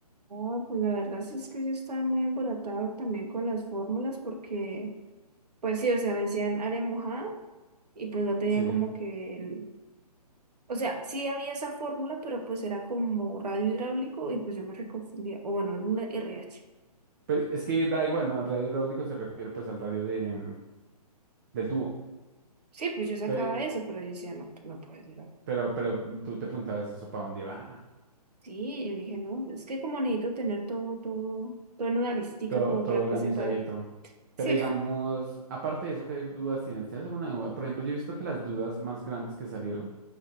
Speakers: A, on the right (about 75°); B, on the right (about 30°).
A: Ah, pues la verdad sí es que yo estaba muy emboratado también con las fórmulas porque, pues sí, o sea, me decían área mojada y pues no tenía
B: Sí.
A: como que el. O sea, sí había esa fórmula, pero pues era como radio hidráulico y pues yo me reconfundía. O bueno, era una R h
B: Pues es que da igual, ¿no? El radio hidráulico se refiere pues al radio de, del tubo.
A: Sí, pues yo sacaba
B: Pe-
A: eso, pero yo decía, no, pues, no puede ser.
B: Pero, pero, tú te preguntabas eso, ¿para dónde va?
A: Sí, yo dije, no, es que como necesito tener todo, todo, todo en una listica
B: Todo,
A: como
B: todo
A: para
B: organizadito.
A: que sepa.
B: Pero
A: Sí,
B: digamos,
A: <laughs> hijo,
B: aparte de eso, ¿qué dudas tienes? ¿Tienes alguna duda? Por ejemplo, yo he visto que las dudas más grandes que salieron